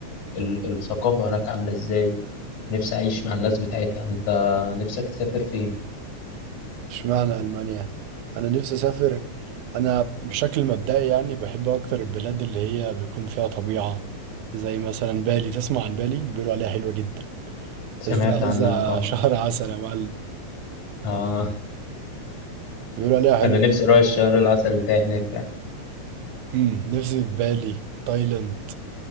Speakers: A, on the left (about 70°); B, on the right (about 90°).
A: ال الثقافة هناك عاملة ازاي نفسي اعيش مع الناس بتاعتها انت نفسك تسافر فين
B: اشمعنى ألمانيا أنا نفسي أسافر أنا بشكل مبدئي يعني بحب أكتر البلاد اللي هي بيكون فيها طبيعة زي مثلا بالي تسمع عن بالي بيقولوا عليها حلوة جدا
A: سمعت
B: بس دي عايزة
A: عنها اه
B: <laughs> شهر عسل يا معلم
A: اه
B: بيقولوا
A: <laughs>
B: عليها حلوة
A: انا نفسي اروح الشهر العسل بتاعي هناك فعلا
B: امم نفسي في بالي تايلاند